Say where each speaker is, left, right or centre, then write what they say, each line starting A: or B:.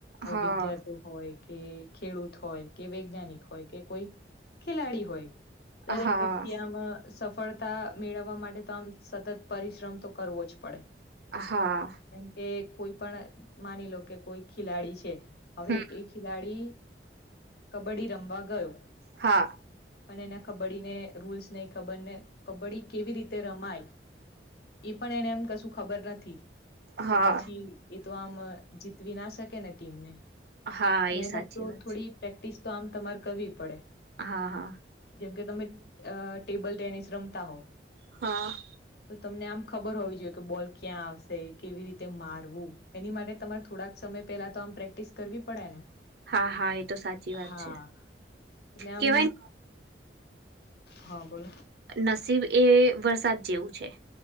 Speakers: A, on the right; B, on the left.
A: હા
B: વિદ્યાર્થી હોય કે ખેડૂત હોય કે વૈજ્ઞાનિક હોય કે કોઈ ખેલાડી હોય દરેક
A: હા
B: વ્યક્તિ આમાં સફળતા મેળવવા માટે તો આમ સતત પરિશ્રમ તો કરવો જ પડે
A: હા
B: કેમ કે કોઈ પણ માની લો કે કોઈ ખેલાડી છે હવે
A: હમ
B: એ ખેલાડી કબડ્ડી રમવા ગયો
A: હા
B: પણ એના કબડ્ડી ને રૂલ્સ નહી ખબર ને કબડ્ડી કેવી રીતે રમાય એ પણ એને એમ કશું ખબર નથી
A: હા
B: તો પછી એ તો આમ જીતવી ના શકે ને ટીમને
A: હા
B: મહેનત
A: એ સાચી
B: તો
A: વાત
B: થોડી
A: છે
B: પ્રેક્ટિસ તો આમ તમારે કરવી પડે
A: હા હા
B: જેમકે તમે અ ટેબલ ટેનિસ રમતા હો.
A: હા.
B: તમને આમ ખબર હોવી જોઈએ કે બોલ ક્યાં આવશે કેવી રીતે મારવું એની માટે તમારે થોડાક સમય. પેલા તો આમ પ્રેક્ટિસ કરવી પડે ને.
A: હા હા એ તો સાચી વાત
B: હા
A: છે
B: એટલે આમ.
A: કેવાય
B: હા બોલો.
A: નસીબ એ વરસાદ જેવું છે